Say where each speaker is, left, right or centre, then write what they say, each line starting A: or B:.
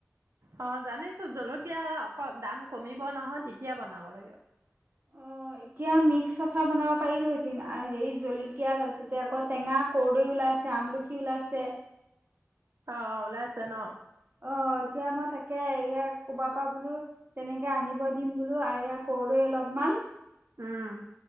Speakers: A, on the right; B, on the right.
A: অ জানিছো জলকীয়া অকন দাম কমিব নহয় তেতিয়া বনাব লাগে। <inaudible>
B: অ', এতিয়া মিক্স আচাৰ বনাব পাৰিলো হেঁতেন এ সেই জলকীয়া তাৰপিছতে আকৌ টেঙা কৰৰ্দৈ ওলাইছে আম লখি ওলাইছে।
A: অ অ ওলাই আছে ন?
B: অ এতিয়া মই তাকে ইয়াক ক'বাৰপৰা বোলো তেনেকে আনিব দিম বোলো এয়া কৰদৈ অলপমান
A: উম